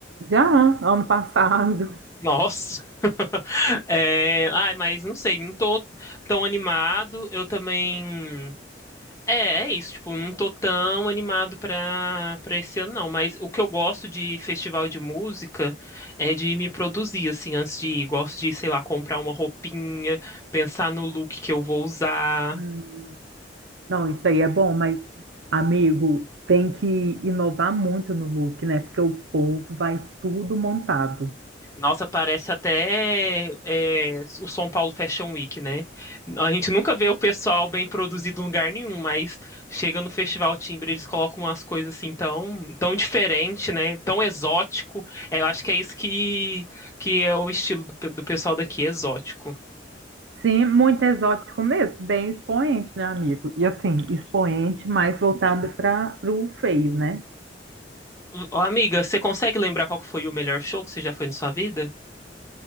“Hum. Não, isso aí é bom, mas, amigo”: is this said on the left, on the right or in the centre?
Right